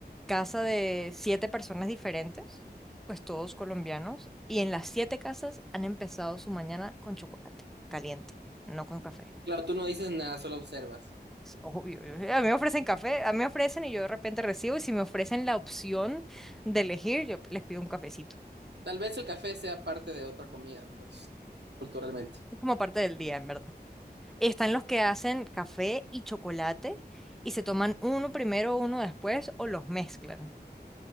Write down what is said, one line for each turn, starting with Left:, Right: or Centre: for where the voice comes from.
Centre: casa de siete personas diferentes, pues todos colombianos, y en las siete casas han empezado su mañana con chocolate caliente, no con café.
Right: Claro, tú no dices nada, solo observas.
Centre: Es Obvio, yo- a mí me ofrecen café, a mí me ofrecen y yo de repente recibo, y si me ofrecen la opción de elegir, yo pues, les pido un cafecito.
Right: Tal vez el café sea parte de otra comida, pues, culturalmente.
Centre: Es como parte del día, en verdad. Están los que hacen café y chocolate y se toman uno primero, uno después o los mezclan.